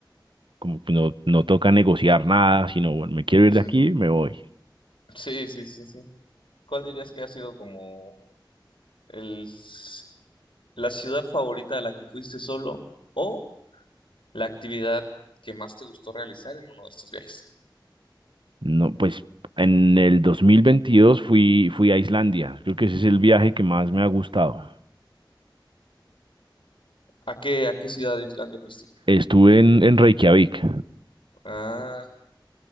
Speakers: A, on the right (about 75°); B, on the left (about 85°).
A: Como que no, no toca negociar nada, sino bueno, me quiero ir
B: Ujú.
A: de aquí, me voy.
B: Sí, sí, sí, sí. ¿Cuál dirías que ha sido como el, s- la ciudad favorita a la que fuiste solo o la actividad que más te gustó realizar en uno de estos viajes?
A: No, pues en el 2022 fui, fui a Islandia. Creo que ese es el viaje que más me ha gustado.
B: ¿A qué, a qué ciudad de Islandia fuiste?
A: Estuve en, en Reykjavik.
B: Ah,